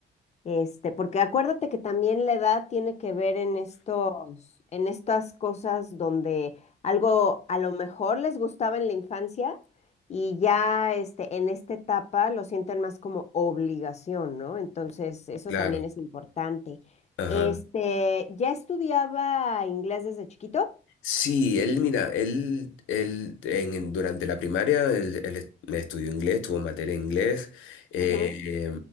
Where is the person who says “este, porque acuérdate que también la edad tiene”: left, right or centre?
Left